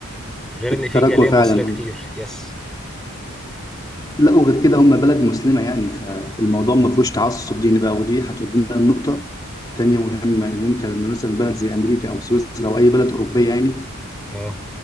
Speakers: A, in the centre; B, on the left.
A: غير
B: التراكوة
A: إن في جالية مصرية
B: فعلا
A: كتير
B: آه.
A: يس
B: لا وغير كده هم بلد مسلمة يعني فالموضوع ما فيهوش تعصب ديني بقى ودي هتودينا لنقطة تانية مهمة إن أنت لما مثلا بلد زي أمريكا أو سويسرا أو أي بلد أوروبية يعني
A: اه